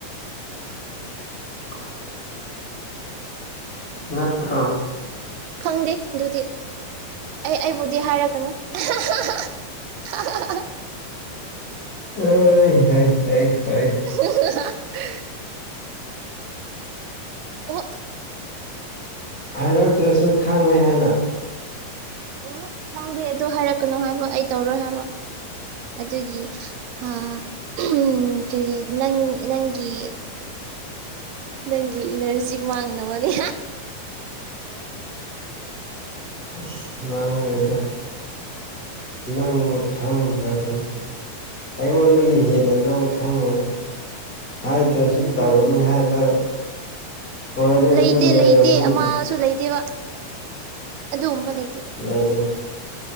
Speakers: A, on the left; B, on the right.
A: ꯑ ꯅꯠꯇ꯭ꯔꯣ
B: ꯈꯪꯗꯦ ꯑꯗꯨꯗꯤ ꯑꯩ ꯑꯩꯕꯨꯗꯤ ꯍꯥꯏꯔꯛꯀꯅꯨ <unintelligible>
A: ꯑꯦ ꯍ ꯍ ꯍ
B: <unintelligible> ꯑꯣ
A: ꯍꯥꯏꯔꯛꯇ꯭ꯔꯁꯨ ꯈꯪꯅꯩ ꯍꯥꯏꯅ
B: ꯎ ꯈꯪꯗꯦ ꯑꯗꯨ ꯍꯥꯏꯔꯛꯀꯅꯨ ꯍꯥꯏꯕ ꯑꯩ ꯇꯧꯔꯣꯏ ꯍꯥꯏꯕ ꯑꯗꯨꯒꯤ ꯑ ꯎ ꯀ ꯅꯪ ꯅꯪꯒꯤ ꯅꯪꯒꯤ ꯏꯅꯔꯖꯤ ꯃꯥꯡꯅꯕꯅꯦ
A: ꯏꯁ ꯃꯥꯡꯉꯣꯏꯗ ꯅꯪ ꯈꯪꯈ꯭ꯔꯕꯅꯤ ꯑꯩꯉꯣꯟꯗꯒꯤ ꯍꯦꯟꯅ ꯅꯪ ꯈꯪꯉꯦꯅ ꯍꯥꯏꯗ꯭ꯔꯁꯨ
B: ꯅꯠꯇꯦꯗ
A: ꯇꯧꯒꯅꯤ ꯍꯥꯏꯕ ꯋꯥꯔꯦ
B: ꯂꯩꯇꯦ
A: ꯑꯗꯨ ꯂꯩꯔꯕꯅꯤꯅ
B: ꯂꯩꯇꯦ ꯑꯃꯁꯨ ꯂꯩꯇꯦꯕ ꯑꯗꯨꯒꯨꯝꯕ ꯂꯩꯇꯦ
A: ꯂꯩꯒꯅꯤ